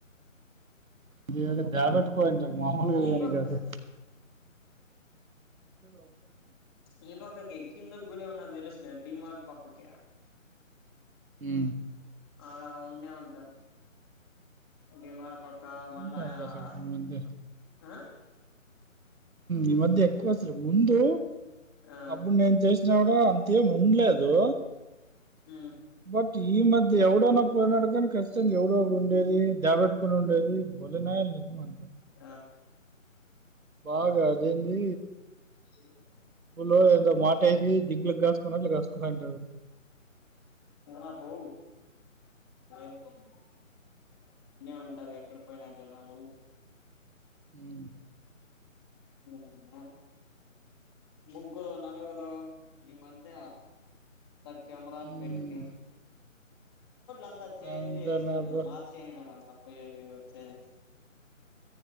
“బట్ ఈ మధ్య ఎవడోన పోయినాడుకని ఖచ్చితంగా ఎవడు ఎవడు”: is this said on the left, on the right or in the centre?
Right